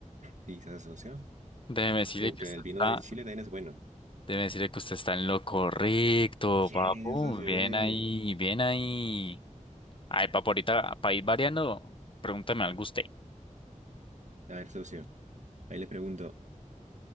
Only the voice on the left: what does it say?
Déjeme decirle
que usted
está,
déjeme decirle que usted está en lo correcto,
papu.
Bien
ahí, bien ahí. Ay, papu, ahorita, para ir variando, pregúntame algo usted.